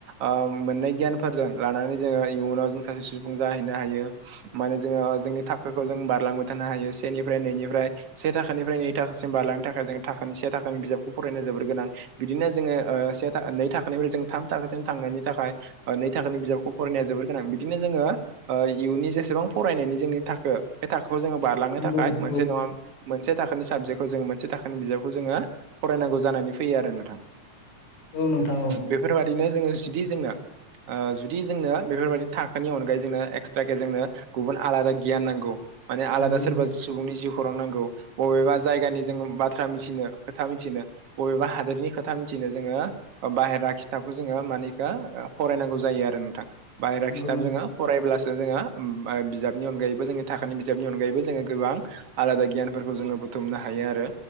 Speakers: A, on the right (about 55°); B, on the left (about 65°).
A: ओ मोनै गियानफोरजों लानानै जोङो इयुनाव जों सासे सुबुं जाहै नो हायो माने जोङो जोंनि थाखोखौ बा रलांबाय थानो हायो सेनिफ्राय नैनिफ्राय से थाखानिफ्राय नै थाखासिम बारलांनो थाखाय जों थाखानि से थाखानि बिजाबखौ फरायनो जोबोर गोनां बिदिनो जोङो से नै थाखोनिफ्राय जों थाम थाखोसिम थांनायनि थाखाय नै थाखोनि बिजाबखौ फरायनाया जोबोर गोनां बिदिनो जोङो इयुननि जेसेबां फरायनायनि जोंनि थाखो बे थाखो खौ जोङो बारलांनो
B: नंगौ
A: थाखाय
B: नोंथां नंगौ नोंथां नंगौ औ
A: मोनसे नङा मोनसे थाखोनि साबजेकखौ जोङो मोनसे थाखोनि बिजाबखौ जोङो फरायनांगौ जानानै फैयो आरो नोंथां।
B: औ नोंथां औ
A: बेफोरबाय दिनो जोङो जुदि जोंनो ओ जुदि जोंनो बेफोरबायदि थाखोनि अनगायै जोंनो एक्सट्राके जोंनो गुबुन आलादा गियान नांगौ माने आलादा
B: नंगौ नोंथां
A: सोरबा सुबुंनि जिउ खौरां नांगौ बबेबा जायगानि जोङो बाथ्रा मिथिनो खोथा मिथिनो बबेबा हादोरनि खोथा मिथिनो जोङो बायेरा खिताबखौ जोङो मानि बेखौ फरायनांगौ जायो आरो नोंथां बायहेरा
B: नंगौ
A: खिथाब
B: नोंथां
A: जोङो फरायब्ला सो जोङो बिजाबनि अनगायैबो जोंनि थाखानि बिजाबनि अनगायैबो जोङो गोबां आलाद गियानफोरखौ जोङो बुं थुमनो हायो आरो